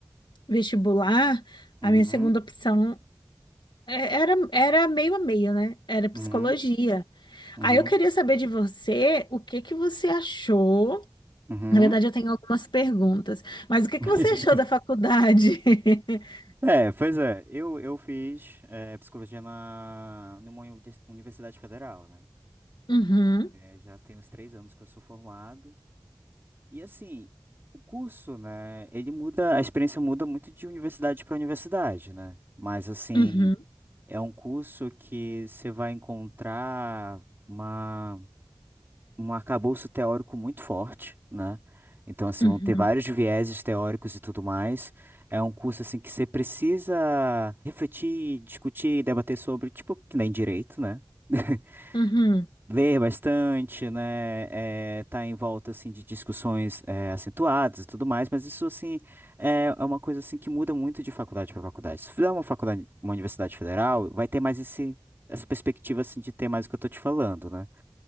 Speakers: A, on the left; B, on the right.
A: vestibular,
B: uhum,
A: a minha segunda opção é- era, era meio a meio, né? Era psicologia.
B: uhum, uhum,
A: Aí eu queria saber de você, o que que você achou?
B: uhum.
A: Na verdade, eu tenho algumas perguntas. Mas o que
B: <laughs>
A: que você achou da faculdade? <laughs>
B: É, pois é, eu, eu fiz eh, psicologia na, numa uni- universidade federal, né?
A: Uhum,
B: Eh, já tem uns três anos que eu sou formado. E assim, o curso, né, ele muda, a experiência muda muito de universidade para universidade, né? Mas assim.
A: uhum,
B: É um curso que você vai encontrar uma, um arcabouço teórico muito forte, né? Então, assim,
A: uhum,
B: vão ter vários vieses teóricos e tudo mais. É um curso, assim, que você precisa refletir, discutir, debater sobre, tipo, que nem direito, né? <laughs>
A: uhum.
B: ler bastante, né? É, tá em volta assim de discussões é, acentuadas e tudo mais, mas isso assim é é uma coisa assim que muda muito de faculdade para faculdade. Se fizer uma faculdade, uma universidade federal, vai ter mais esse essa perspectiva assim de ter mais o que eu tô te falando, né?